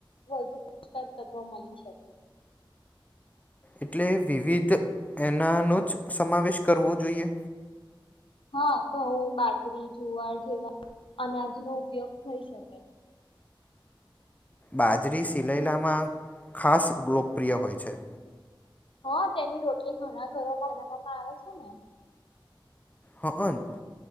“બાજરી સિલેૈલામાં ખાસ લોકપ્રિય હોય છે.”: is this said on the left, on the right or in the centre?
Left